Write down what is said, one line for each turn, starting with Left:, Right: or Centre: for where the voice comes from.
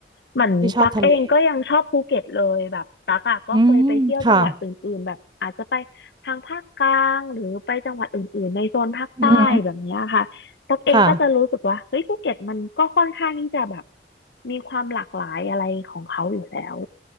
Left: เหมือนตักเองก็ยังชอบภูเก็ตเลยแบบตักอ่ะก็เคยไปเที่ยวจังหวัดอื่นๆแบบอาจจะไปทางภาคกลางหรือไปจังหวัดอื่นๆในโซนภาคใต้แบบเนี้ยค่ะตักเองก็จะรู้สึกว่าเฮ้ยภูเก็ตมันก็ค่อนข้างที่จะแบบ
Right: ที่ชอบทะเลอืมค่ะอือหือค่ะ
Left: มีความหลากหลายอะไรของเขาอยู่แล้ว